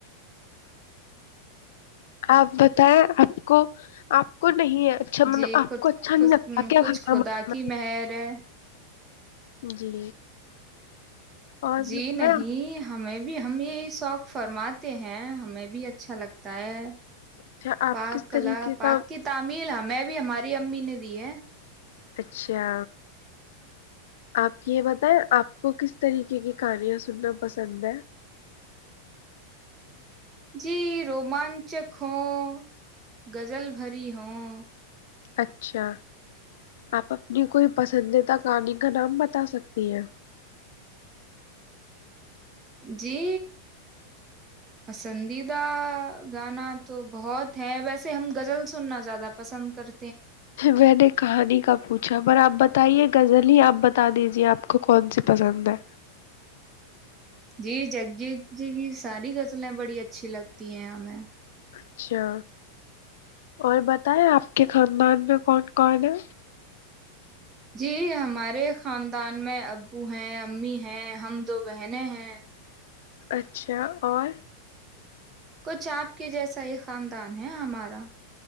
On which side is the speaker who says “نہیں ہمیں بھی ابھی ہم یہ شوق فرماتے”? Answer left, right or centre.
Right